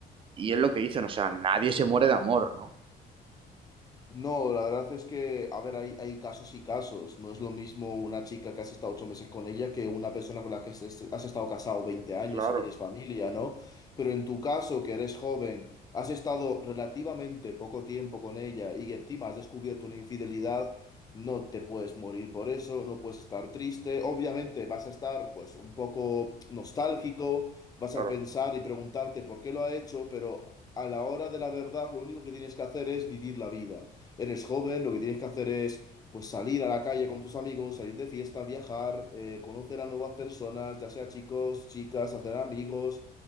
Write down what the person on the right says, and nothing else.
y es lo que dicen, o sea, nadie se muere de amor, ¿no?
Claro,
claro.